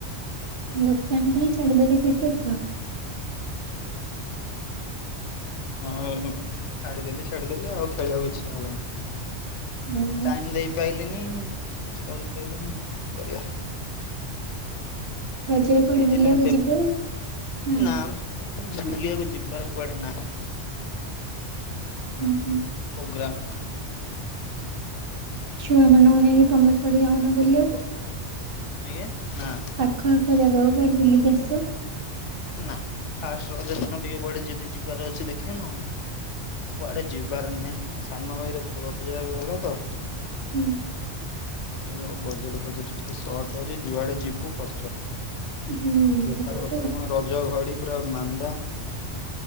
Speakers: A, on the right; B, on the left.
A: ହୁଁ ତା ପାଇଁ ଛାଡ଼ିଦେଲେ କ୍ରିକେଟ ଖେଳ?
B: ହଁ ଛାଡିଦେଲେ ଛାଡିଦେଲେ ଆଉ ଖେଳିବାକୁ ଇଚ୍ଛା ହେଲନି।
A: ଓହୋ
B: ଟାଇମ ଦେଇପାଇଲିନି କିଛି କରିପାରିଲନି ଆଉ କଣ କରିବା।
A: ରଜରେ କୁଆଡେ
B: ବିଜିନେ
A: ବୁଲିବାକୁ
B: ବେ
A: ଯିବେ ହୁଁ?
B: ନା ବୁଲିବାକୁ ଯିବାର କୁଆଡ଼େ ନାହିଁ।
A: ହ ହୋ।
B: ପ୍ରୋଗ୍ରାମ
A: ଛୁଆମାନଙ୍କୁ ନେଇକି ତମେ କୁଆଡ଼େ ଯାଇନ ବୁଲିବା ପାଇଁ।
B: ଆଜ୍ଞା। ନା
A: ପାଖ ଆଖ ଜାଗାକୁ କୁଆଡ଼େ? ବୁଲିିକି ଆସିବ।
B: ନା ଫାଷ୍ଟ ରଜ ଦିନ ଟିକେ କୁଆଡେ ଯଦି ଯିବାର ଅଛି ଦେଖିଆ। କୁଆଡେ ଯିବାର ନାହିଁ ସାନ ଭାଇର ଶୋଳ ପୂଜା ଏବେ ଗଲା ତ
A: ହୁଁ
B: ଏ ଆଉ ବଜେଟ ଫଜେଟ ଟିକେ ସର୍ଟ ହଉଛି ଯୁଆଡେ ଯିବୁ ଖର୍ଚ୍ଚ
A: ହୁଁ
B: ବେପାର
A: ସେଟା
B: ଫେପାର
A: ତ ସତ।
B: ଗଣ ରଜ ଘଡି ପୁରା ମାନ୍ଦା